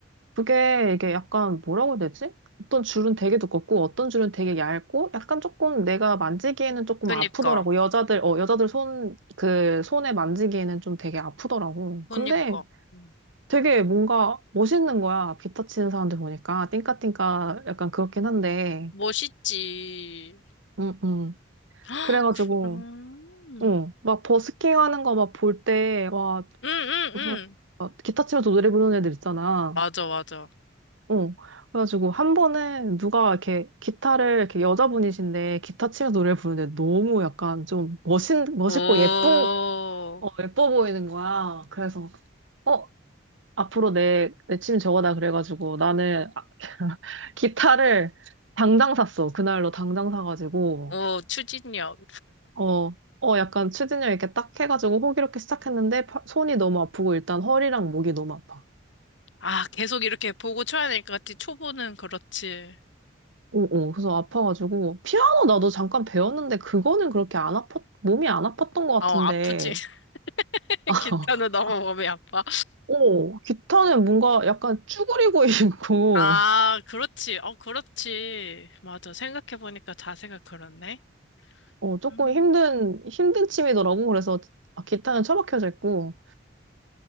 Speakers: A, on the right; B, on the left.
A: 그게 이게 약간 뭐라고 해야 되지? 어떤 줄은 되게 두껍고 어떤 줄은 되게 얇고 약간 조금 내가 만지기에는 조금
B: 그니까,
A: 아프더라고. 여자들 어 여자들 손 그 손에 만지기에는 좀 되게 아프더라고.
B: 그니까.
A: 근데
B: 음.
A: 되게 뭔가 멋있는 거야. 기타 치는 사람들 보니까 띵까띵까 약간 그렇긴 한데
B: 멋있지.
A: 응, 응.
B: <gasps> 아,
A: 그래가지고,
B: 그럼.
A: 응, 막 버스킹 하는 거 막 볼 때, 와,
B: 응, 응,
A: 정말,
B: 응.
A: 막 기타 치면서 노래 부르는 애들 있잖아.
B: 맞아, 맞아.
A: 응. 그래가지고 한 번은 누가 이렇게 기타를, 이렇게 여자분이신데 기타 치면서 노래 부르는데 너무 약간 좀 멋있, 멋있고
B: 오,
A: 예쁜, 어, 예뻐 보이는 거야. 그래서, 어, 앞으로 내, 내 취미 저거다. 그래가지고 나는 아, <laughs> 기타를 당장 샀어. 그날로 당장 사가지고.
B: 오, 추진력.
A: 어, 어, 약간 추진력 이렇게 딱 해가지고 호기롭게 시작했는데 파- 손이 너무 아프고 일단 허리랑 목이 너무 아파.
B: 아, 계속 이렇게 보고 쳐야 될 것 같지. 초보는 그렇지.
A: 어, 어, 그래서 아파가지고 피아노 나도 잠깐 배웠는데 그거는 그렇게 안 아팠, 몸이 안 아팠던 것 같은데.
B: 어, 아프지. <laughs>
A: <laughs>
B: 기타는 너무 몸이 아파.
A: 어, 기타는 뭔가 약간 쭈그리고 <laughs> 있고,
B: 아, 그렇지. 어, 그렇지. 맞아. 생각해보니까 자세가 그렇네.
A: 어, 조금
B: 음.
A: 힘든, 힘든 춤이더라고. 그래서 아, 기타는 처박혀져 있고,